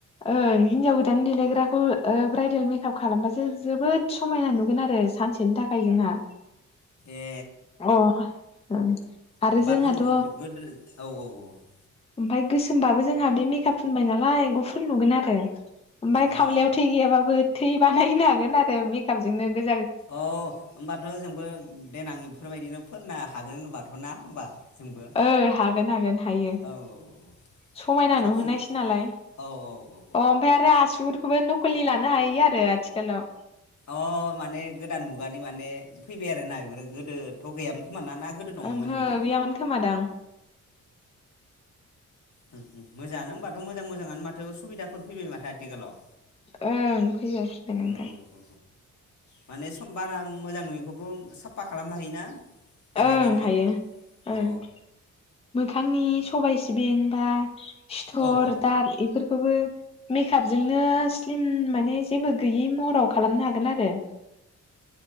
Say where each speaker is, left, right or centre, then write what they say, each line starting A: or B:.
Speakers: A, on the left; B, on the left.
A: ओ हिनजाव गोदान देलायग्राखौ ओ ब्राइदेल मेकआप खालामबासो जोबोद समायना नुगोन आरो सानसे बिनि थाखाय जोंहा
B: ए
A: अ ओं आरो
B: होमबाथ'
A: जोंहाथ'
B: गोदो औ औ औ
A: ओमफाय गोसोमबाबो जोंहा बे मेकआप फुनबाय नालाय गुफुर नुगोन आरो ओमफाय
B: अ
A: खावलायाव थै गैयाबो थै <unintelligible> बानायनो हागोन आरो मेकआपजोंनो गोस
B: औ होनोमबाथ' जोंबो देनाङि बेफोरबायदिनो फोननो हागोन होनबाथ' ना होमबा जोंबो
A: ओ हागोन हागोन हायो
B: औ औ औ
A: समायना
B: साबसिन
A: नुहोनायसै नालाय अ
B: औ औ
A: ओमफ्राय आरो आसु बेखौबो नखलि लानो हायो आरो आथिखालाव
B: अ माने गोदान मुगानि माने फैबाय आरोना बेफोरो गोदोथ' गैयामोन खोमा ना ना गोदो दंमोन
A: ओंहो
B: बिदि
A: गैयामोन खोमादां
B: मोजाङआनो होनोमबाथ' मोजां मोजाङानो माथो सुबिदाफोर फैबाय माथो आथिखालाव
A: ओं फैबाय फैबाय नोंथां
B: औ औ माने सम बारा मोजां नुयैखौबो साफा खालामनो हायोना? देलायनायजों
A: ओं हायो
B: अ
A: ओं मोखांनि सबाइ सिबिं बा सिथर
B: औ औ
A: दाग इफोरखौबो मेकआपजोंनो स्लिम माने जेबो गैयि महराव खालामनो हागोन आरो